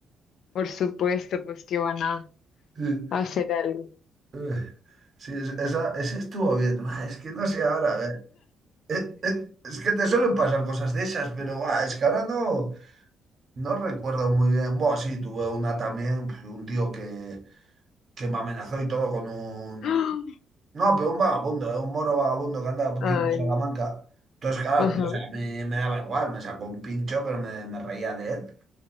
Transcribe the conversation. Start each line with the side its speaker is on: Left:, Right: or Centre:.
Left: por supuesto, pues que van a
Right: sí,
Left: hacer algo.
Right: Ay, sí, es- esa, ese estuvo bien. Buah, Es que no sé ahora, a ver. eh, eh, Es, que te suelen pasar cosas de esas, pero buah, es que ahora no, no recuerdo muy bien. Bueno, sí, tuve una también, pues, un tío que que me amenazó y todo con un...
Left: <gasps> ¡Ah!
Right: No, pero un vagabundo, eh, un moro vagabundo que andaba por
Left: Ay,
Right: aquí por Salamanca. Entonces, claro,
Left: ajá,
Right: tío, o sea, a mí me daba igual, me sacó un pincho, pero me, me reía de él.